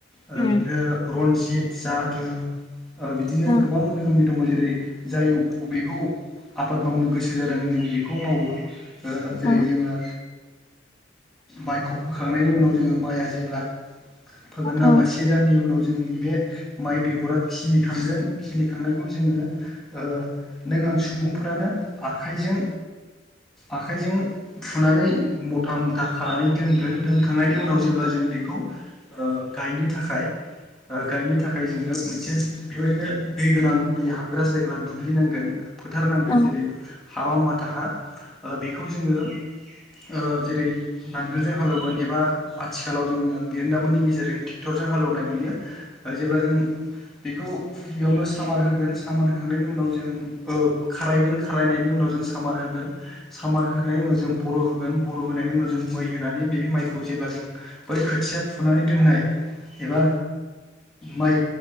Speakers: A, in the centre; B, on the left.
A: बिदिनो
B: उम
A: रन्जित जादु बिदिनो
B: औ
A: गोबां रोखोमनि दङ जेरै जाय बेखौ आबाद मावनो गोसो जादों जों बेखौ मावो। जेरै
B: औ
A: जोङो मायखौ फोखांनायनि उनाव जोङो माइआ जेब्ला फोगोन ना
B: औ
A: होमबा से दाननि उनाव जोंनि बे माइ बेगरा खिलिखांगोन खिलिखांनायखौ जोङो ओ नों आं सुबुं सुबुंफोरानो आखाइजों आखाइजों फुनानै मथा मथा खानानै दोनगोन। दोनखांनायनि उनाव जेब्ला जों बेखौ गायनो थाखाय गायनो थाखाय जोङो मोनसे बेबायदिनो दै गोनां दै हाबग्रा जायगा दुुब्लिनांगोन। फोथारनांगोन
B: औ
A: जेरै हाबा हा ओ बेखौ जोङो ओ जेरै नांगोलजों हालेवगोन एबा आथिखालाव जोङो बिरोंदामिननि गेजेरजों ट्रेक्टरजों हालेवनाय नुयो जेब्ला जों उ बेखौ गिबियावनो सामार होगोन सामार होखांनायनि उनाव जों ओ खारायगोन खारायनायनि उनाव सामार होगोन सामार होखांनायनि उनाव जों बर' होगोन बर' होनायनि उनाव जों मै होनानै बे माइखौ जेब्ला जों बै खोथिया फुनानै दोननाय एबा माइ